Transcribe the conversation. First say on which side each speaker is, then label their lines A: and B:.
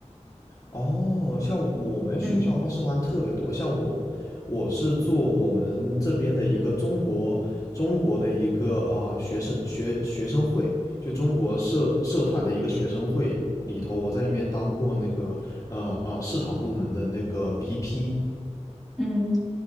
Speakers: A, on the left (about 30°); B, in the centre.
A: 哦，像我们学校的话，
B: 这样。嗯
A: 社团特别多。像我，我是做我们这边的一个中国中国的一个啊、学生学学生会，就中国社社团的一个学生会里头，我在里面当过那个呃呃市场部门的那个 VP。
B: 嗯